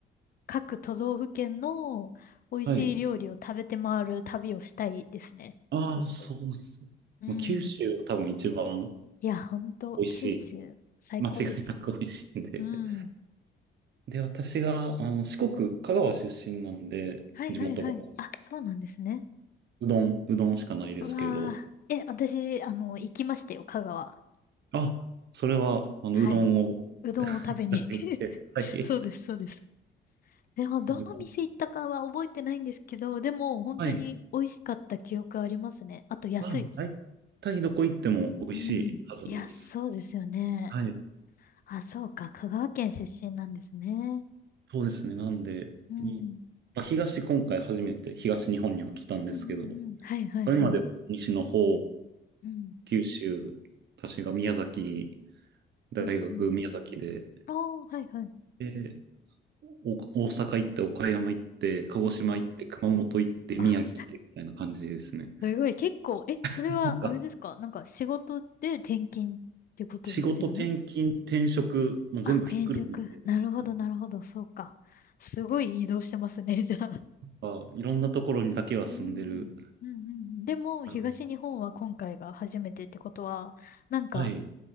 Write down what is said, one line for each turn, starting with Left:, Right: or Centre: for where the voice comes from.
Left: 各都道府県の美味しい料理を食べて回る旅をしたいですね。
Right: はい。ああ、
Left: ちょっと。
Right: そうです。
Left: うん。
Right: もう九州は多分一番
Left: いや、ほんと、
Right: 美味しい。
Left: 九州、
Right: <laughs>
Left: 最高です。
Right: 間違いなく美味しいんで。
Left: うん。
Right: <laughs> で、私が、あの、四国、香川出身なんで、
Left: はいはいはい。
Right: 地元が、
Left: あ、そうなんですね。
Right: うどん、うどんしかないですけど、
Left: うわー。え、私、あの、行きましたよ、香川。
Right: あ、それは、あの、
Left: はい。
Right: うどんを
Left: うどんを食べに。
Right: <laughs> いただいて、
Left: <laughs>
Right: <laughs> はい。
Left: そうです、そうです。でも、どの店行ったかは覚えてないんですけど、
Right: うどん
Left: でも、本当に美味しかった記憶ありますね。
Right: はい。
Left: あと、安い。
Right: あ、もう大体どこ行っても美味しいはずです。
Left: うん。いや、そうですよね。
Right: はい。
Left: あ、そうか。香川県出身なんですね。
Right: そうですね。なんで、
Left: うん。
Right: に、
Left: うん
Right: まあ、東、今回初めて東日本には来たんですけど、
Left: うんうん。はいはいはい。
Right: それまでは西の方
Left: うん。
Right: 九州、私が宮崎、大学宮崎で、
Left: うんうん。ああ、はいはい。
Right: で、お大阪行って、岡山行って、鹿児島行って、
Left: うんうん。
Right: 熊本行って、
Left: あ、
Right: 宮城来て、みたいな感じですね。
Left: すごい。結構、え、それは、
Right: <laughs> なんか、
Left: あれですかなんか仕事で転勤ってことですよね。
Right: 仕事転勤、転職、もう全部ひっくるめてですね。
Left: あ、転職。なるほどなるほど。そうか。すごい移動してますね、じゃあ。
Right: あ、いろんなところにだけは住んでる
Left: うん、うん、うん。でも、
Right: 感じ。
Left: 東日本は今回が初めてってことは、なんか、
Right: はい。